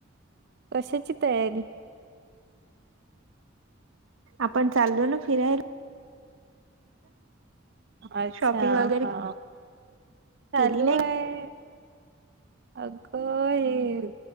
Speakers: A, on the right (about 55°); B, on the right (about 85°).
A: कशाची तयारी?
B: आपण चाललो ना फिरायला.
A: अच्छा,
B: शॉपिंग वगैरे
A: हा. चालू
B: केली नाही
A: आहे, अगं ह.